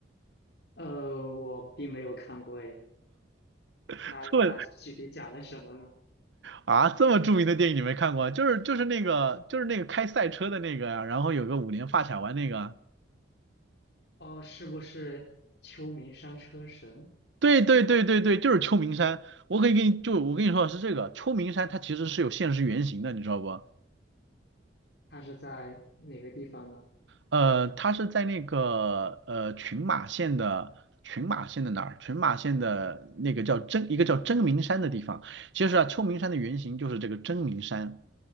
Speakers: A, on the left; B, on the right.
A: 呃，我并没有看过诶，
B: <laughs>
A: 它它具体讲了什么呢？
B: 这么啊，这么著名的电影你没看过啊就是就是那个就是那个开赛车的那个呀、然后有个五连发卡弯那个啊
A: 哦，是不是秋名山车神？
B: 对对对对对，就是秋名山。我可以给你就我跟你说的是这个秋名山，它其实是有现实原型的，你知道不？
A: 它是在哪个地方呢？
B: 呃，它是在那个呃群马县的群马县的哪儿？群马县的那个叫真一个叫真名山的地方。其实啊，秋名山的原型就是这个真名山。